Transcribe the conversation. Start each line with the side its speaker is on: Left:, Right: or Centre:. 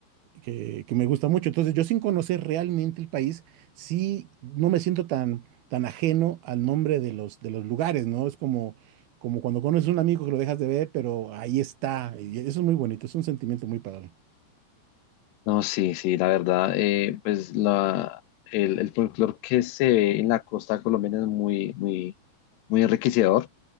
Right: que, que me gusta mucho. Entonces, yo sin conocer realmente el país, sí no me siento tan, tan ajeno al nombre de los, de los lugares, ¿no? Es como, como cuando conoces a un amigo que lo dejas de ver, pero ahí está. Y eso es muy bonito, es un sentimiento muy padre.
Left: No, sí, sí, la verdad, eh, pues la, el, el folclore que se ve en la costa colombiana es muy, muy, muy enriquecedor.